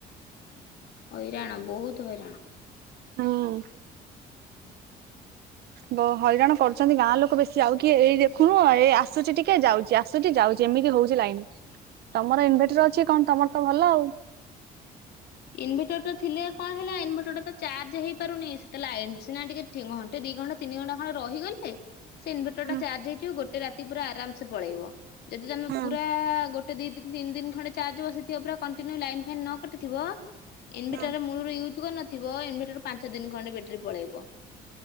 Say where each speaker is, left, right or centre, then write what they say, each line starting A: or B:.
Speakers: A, on the left; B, on the right.
A: ହଇରାଣ ବହୁତ ହଇରାଣ।
B: ହୁଁ। ବ ହଇରାଣ କରୁଛନ୍ତି ଗାଁ ଲୋକ ବେଶୀ ଆଉ କିଏ ଏଇ ଦେଖୁନୁ ଏଇ ଆସୁଛି ଟିକେ ଯାଉଛି ଆସୁଛି ଯାଉ ଏମିତି ହଉଛି ଲାଇନ ତମର ଇନଭେଟର ଅଛି କଣ ତମର ତ ଭଲ ଆଉ?
A: ଇନଭେଟର ଟା ଥିଲେ କଣ ହେଲା ଇନଭର୍ଟର ଟା ତ ଚାର୍ଜ ହେଇପାରୁନି ସେତେ ଲାଇନ୍ଟା ଘଣ୍ଟେ ଦୁଇଘଣ୍ଟେ ଦି ଘଣ୍ଟା ତିନି ଘଣ୍ଟା ଖଣ୍ଡେ ରହିଗଲେ ସେ ଇନଭଟର
B: ହୁଁ
A: ଟା ଚାର୍ଜ ହେଇଯିବ ଗୋଟେ ରାତି ପୁରା ଆରାମ ସେ ପଳେଇବ ଯଦି ତମେ
B: ହୁଁ
A: ପୁରା ଗୋଟେ ଦୁଇ, ତିନି, ଦିନ ଖଣ୍ଡେଚାର୍ଜ ବସେଇଥିବ ପୁରା କଣ୍ଟିନିଉ ଲାଇନ୍ ଫାଇନ୍ ନ କଟିଥିବ ଇନଭେଟର
B: ହୁଁ।
A: ମୂଳରୁ ୟୁଜ୍ କରିନଥିବ ଇନଭେଟର ପାଞ୍ଚ ଦିନ ଖଣ୍ଡେ ବ୍ୟାଟେରୀ ପଳେଇବ।